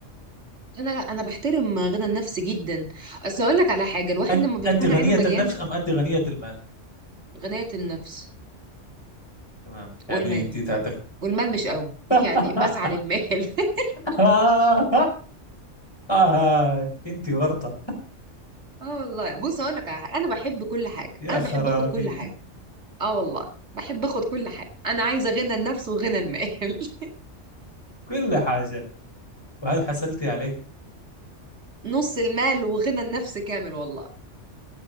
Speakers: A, on the right; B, on the left.
A: انا لا انا بحترم غنى النفس جدا اصل اقول لك على حاجه الواحد
B: أن-
A: لما بتكون
B: انت غنيه
A: عينه مليانه
B: النفس ام انت غنيه المال
A: غنايه النفس
B: تمام
A: والمال
B: يعني انت تعتقد
A: والمال مش قوي
B: <laughs>
A: <laughs> يعني بسعى للمال <laughs>
B: آه آه آه أنت ورطة
A: اه والله بص اقول لك على حاجه انا بحب كل حاجه
B: يا
A: انا بحب
B: خرابي
A: اخد كل حاجه اه والله بحب اخد كل حاجه انا عايزه غنى النفس وغنى المال <laughs>
B: كل حاجة وهل حصلت عليه؟
A: نص المال وغنى النفس كامل والله